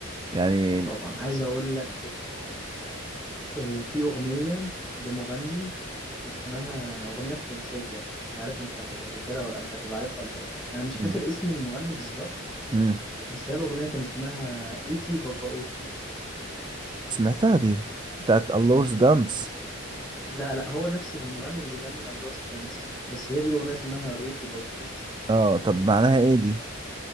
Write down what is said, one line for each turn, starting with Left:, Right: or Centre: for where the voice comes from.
Right: يعني
Centre: اه طبعا عايز اقول لك آه، في اغنيه لمغني اسمها اغنيه فرنسيه مش عارف انت هتبقى فاكرها ولا- انت هتبقى عارفها ولا لا انا مش
Right: مم.
Centre: فاكر اسم المغني بالظبط
Right: امم
Centre: بس هي الاغنيه كان اسمها اوتي بابا اوتي
Right: سمعتها دي بتاعت اللورز دانس
Centre: لا لا هو نفس المغني اللي بيغني اللورس دانس بس هي دي الاغنيه اسمها اوتي بابا اوتي
Right: اه طب معناها ايه دي